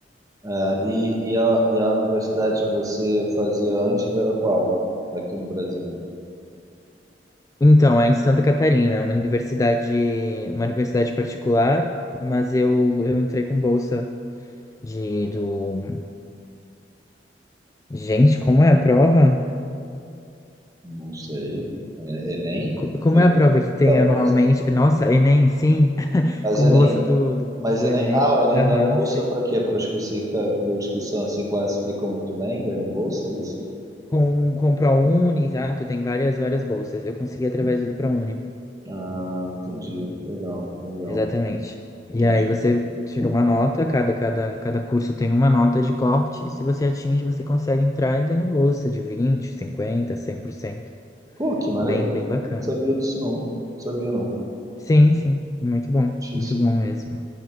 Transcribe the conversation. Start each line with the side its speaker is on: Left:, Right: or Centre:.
Right: é, e, e, a, e a universidade que você fazia antes era qual? Aqui no Brasil?
Left: Então, é em Santa Catarina, é uma universidade, uma universidade particular, mas eu, eu entrei com bolsa de do Gente, como é a prova?
Right: Não sei. E- Enem?
Left: Co- Como
Right: Sim,
Left: é a prova que tem
Right: Da
Left: anualmente?
Right: bolsa.
Left: Nossa, Enem, sim, <laughs>
Right: Mas
Left: com
Right: Enem,
Left: bolsa do, do, do
Right: mas Enem,
Left: Enem.
Right: ah, o Enem
Left: Aham,
Right: da bolsa
Left: sim.
Right: para quê? Para os que se, ca- para os que são, se classificam muito bem, ganham bolsa, é isso?
Left: Com, com o ProUni, exato, tem várias, várias bolsas. Eu consegui através do ProUni,
Right: Ah, entendi. Legal, legal.
Left: exatamente. E
Right: Entendi.
Left: aí você tira uma nota, cada, cada, cada curso tem uma nota de corte, e se você atinge, você consegue entrar e ganhar bolsa de vinte, cinquenta, cem por cento.
Right: Pô, que maravilha.
Left: Bem, bem bacana.
Right: Sabia disso não. Sabia não.
Left: Sim, sim, muito bom,
Right: Notícia.
Left: muito bom mesmo.